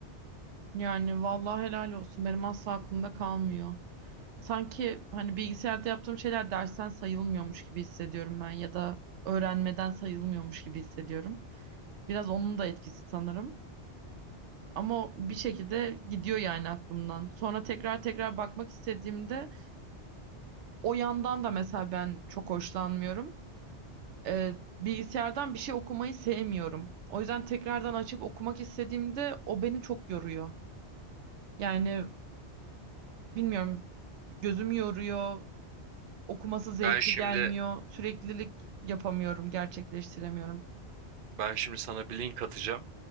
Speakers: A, on the right; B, on the right.
A: Yani vallahi helal olsun benim asla aklımda kalmıyor. Sanki hani bilgisayarda yaptığım şeyler dersten sayılmıyormuş gibi hissediyorum ben ya da öğrenmeden sayılmıyormuş gibi hissediyorum. Biraz onun da etkisi sanırım. Ama o bir şekilde gidiyor yani aklımdan. Sonra tekrar tekrar bakmak istediğimde O yandan da mesela ben çok hoşlanmıyorum. Ee, bilgisayardan bir şey okumayı sevmiyorum. O yüzden tekrardan açıp okumak istediğimde o beni çok yoruyor. Yani bilmiyorum gözüm yoruyor, okuması zevkli
B: Ben şimdi
A: gelmiyor, süreklilik yapamıyorum, gerçekleştiremiyorum.
B: ben şimdi sana bir link atacağım.